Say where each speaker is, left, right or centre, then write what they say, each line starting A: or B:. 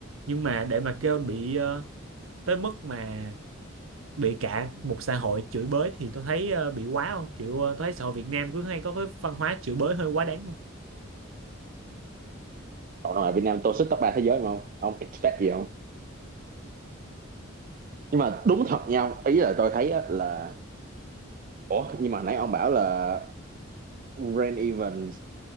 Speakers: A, on the right; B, on the right.
A: nhưng mà để mà kêu bị ờ, tới mức mà bị cả một xã hội chửi bới thì tôi thấy ờ, bị quá không kiểu ờ, tôi thấy xã hội Việt Nam cứ hay có cái văn hóa chửi bới hơi quá đáng không
B: Cộng đồng mạng Việt Nam tôi xích top 3 thế giới mà không? Ông expect gì không? Nhưng mà đúng thật nha, ông. ý là tôi thấy á là Ủa, nhưng mà nãy ông bảo là Rain Evans